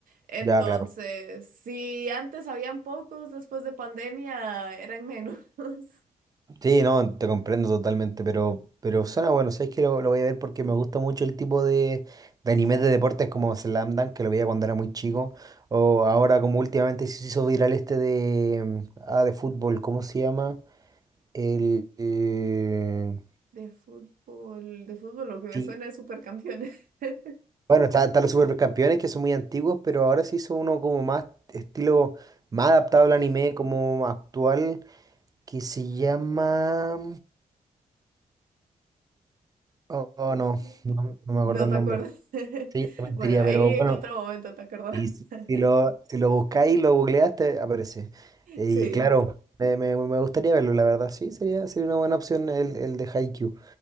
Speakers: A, on the right (about 70°); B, on the right (about 25°).
A: Entonces,
B: Ya, claro.
A: si antes habían pocos, después de pandemia eran menos. <laughs>
B: Sí, no, te comprendo totalmente, pero, pero suena bueno. Sabes que lo, lo voy a ver porque me gusta mucho el tipo de, de animes de deportes como Slam Dunk, que lo veía cuando era muy chico. O ahora, como últimamente se hizo viral este de, mm, ah, de fútbol, ¿cómo se llama? El, eh,
A: De fútbol, de fútbol, lo que me
B: sí.
A: suena es Supercampeones. <laughs>
B: Bueno, está- están los supercampeones que son muy antiguos, pero ahora se hizo uno como más estilo, más adaptado al anime, como actual, que se llama. Oh, oh,
A: Y
B: no,
A: sí.
B: no, no me acuerdo
A: No
B: el
A: te
B: nombre.
A: acuerdas. <laughs>
B: Sí, te mentiría,
A: Bueno, ahí
B: pero bueno,
A: en otro momento te acordarás.
B: y si,
A: <laughs>
B: si lo, si lo buscáis y lo googleaste, aparece. Y
A: Sí.
B: claro, me, me- me gustaría verlo, la verdad, sí, sería, sería una buena opción el, el de Haikyuu.